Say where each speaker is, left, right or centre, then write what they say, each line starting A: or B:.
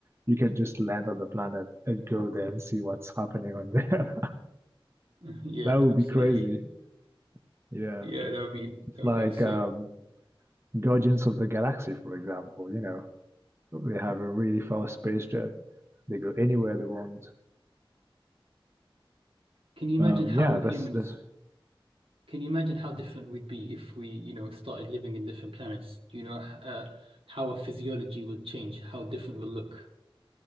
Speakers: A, on the right; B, on the right.
A: you can just land on the planet and go there and see what's happening on there. <laughs>
B: <laughs> Yeah,
A: That would
B: absolutely.
A: be crazy. Yeah.
B: Yeah, that would be
A: It's
B: that
A: like
B: would be insane.
A: um, Guardians of the Galaxy, for example, you know, they have a really fast space jet. They go anywhere they want.
B: Can you imagine
A: Um,
B: how
A: yeah,
B: humans?
A: that's that's.
B: Can you imagine how different we'd be if we, you know, started living in different planets? Do you know uh, how our physiology will change? How different we'll look?